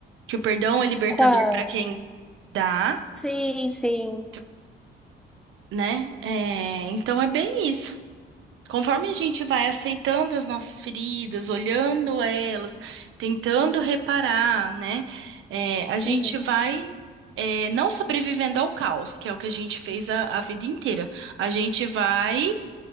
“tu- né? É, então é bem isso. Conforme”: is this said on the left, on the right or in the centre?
Right